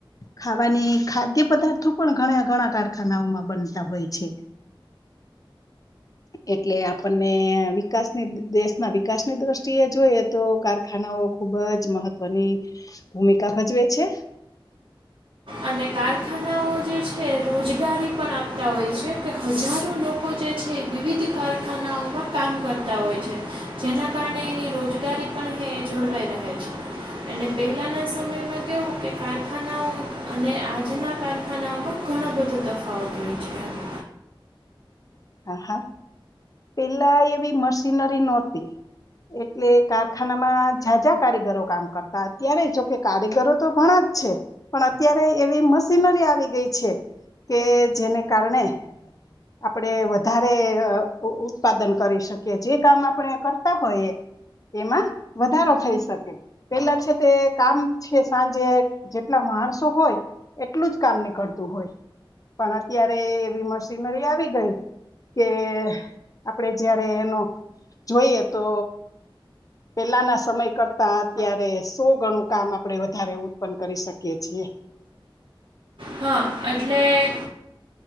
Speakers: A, on the left; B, on the right.
A: ખાવાની ખાદ્ય પદાર્થો પણ ઘણા ઘણા કારખાનાઓમાં બનતા હોય છે એટલે આપને વિકાસની દેશના વિકાસની દ્રષ્ટિએ જોઈએ તો કારખાનાઓ ખુબ જ મહત્વની ભૂમિકા ભજવે છે છે
B: અને કારખાનાઓ જે છે રોજગારી પણ આપતા હોય છે કે હજારો લોકો જે છે એ વિવિધ કારખાનાઓમાં કામ કરતા હોય છે જેના કારણે એની રોજગારી પણ જળવાઈ રહે છે અને પહેલાંના સમયમાં કવું કે કારખાનાઓ અને આજના કારખાનાઓમાં ઘણા બધો તફાવત થય છે
A: હા હા પેલા એવી મશીનરી નહોતી એટલે કારખાનામાં જા્યાં જા્યાં કારીગરો કામ કરતા અત્યારે જોકે કારીગરો તો ઘણા જ છે પણ અત્યારે એવી મશીનરી આવી ગઈ છે કે જેને કારણે આપણે વધારે ઉત્પાદન કરી શકીએ જે કામ આપણે કરતા હોઈએ એમાં વધારો થઈ શકે પેલા છે તે કામ છે સાંજે જેટલા માણસો હોય એટલું જ કામ નીકળતું હોય પણ અત્યારે એવી મશીનરી આવી ગઈ કે આપણેે જયારે એનો જોઈએ તો પેલાના સમય કરતા અત્યારે સો ગણું કામ આપણેે વધારે ઉત્પન્ન કરી શકીએ છીએ
B: હા એટલે